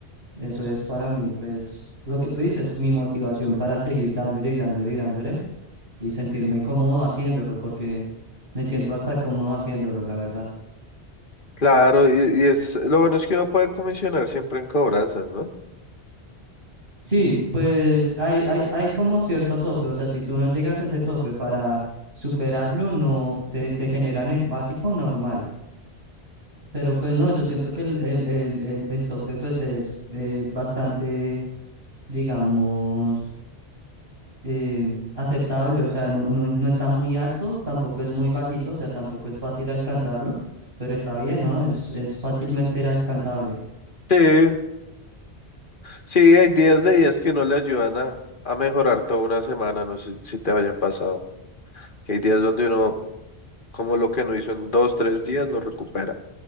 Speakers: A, on the right (about 65°); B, on the left (about 50°).
A: eso es para mí pues lo que tú dices, mi motivación para seguir dándole y dándole y dándole y sentirme cómodo haciéndolo porque me siento hasta cómodo haciéndolo, la verdad.
B: Claro, y, y es lo bueno es que uno puede comisionar siempre en cobranzas, ¿no?
A: Sí, pues hay, hay, hay como cierto tope, o sea, si tú no llegas a ese tope para superarlo, no te, te generan el básico normal, pero pues no, yo siento que el, el, el, el, el tope pues es eh, bastante, digamos, eh, aceptable, o sea, no, no, no está muy alto, tampoco es muy bajito, o sea, tampoco es fácil alcanzarlo, pero está bien, ¿no? Es, es fácilmente alcanzable.
B: Sí, sí, hay días de días que uno le ayudan a, a mejorar toda una semana, no sé si te haya pasado, que hay días donde uno, como lo que no hizo en dos, tres días, lo recupera.